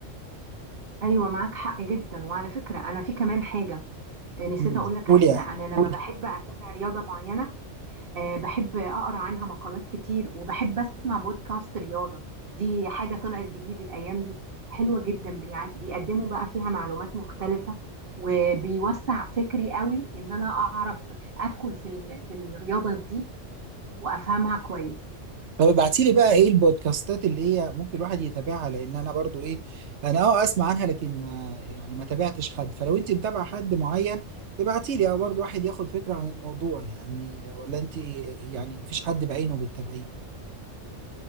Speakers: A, on the right; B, on the right.
A: ايوه معاك حق جدا وعلى فكره انا في كمان حاجه آه، نسيت
B: مم.
A: اقول لك
B: قول
A: عليها
B: يعني
A: انا لما
B: قول
A: بحب اتابع رياضه معينه آه، بحب اقرا عنها مقالات كتير وبحب اسمع بودكاست رياضه دي حاجه طلعت جديد الايام دي حلوه جدا بيع- بيقدموا بقى فيها معلومات مختلفه وبيوسع فكري قوي ان انا اعرف ادخل في ال- في الرياضه دي وافهمها كويس
B: طب ابعتي لي بقى ايه البودكاستات اللي هي ممكن الواحد يتابعها لان انا برضو ايه انا اه اسمع عنها لكن ما يعني ما تابعتش حد فلو انت متابعه حد معين ابعتي لي اه برضه الواحد ياخد فكره عن الموضوع يعني ولا انت يعني ما فيش حد بعينه بتتابعيه